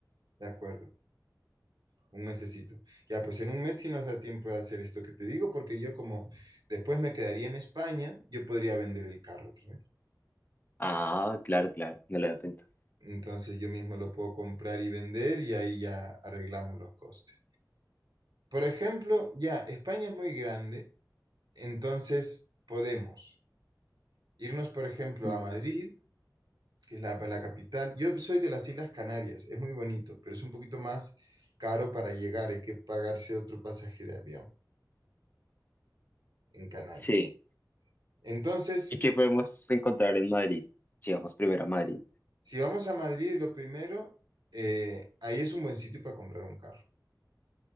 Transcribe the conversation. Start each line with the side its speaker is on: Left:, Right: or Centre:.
Right: De acuerdo, un mesecito. Ya, pues en un mes sí nos da tiempo de hacer esto que te digo, porque yo como después me quedaría en España, yo podría vender el carro otra vez.
Left: Ah, claro, claro, no lo había pensado.
Right: Entonces yo mismo lo puedo comprar y vender y ahí ya arreglamos los costes. Por ejemplo, ya, España es muy grande, entonces podemos irnos, por ejemplo,
Left: Mm.
Right: a Madrid, que es la, pues, la capital. Yo soy de las Islas Canarias, es muy bonito, pero es un poquito más caro para llegar, hay que pagarse otro pasaje de avión en Canarias.
Left: Sí,
Right: Entonces,
Left: ¿y qué podemos encontrar en Madrid? Si vamos primero a Madrid.
Right: Si vamos a Madrid, lo primero, eh, ahí es un buen sitio para comprar un carro.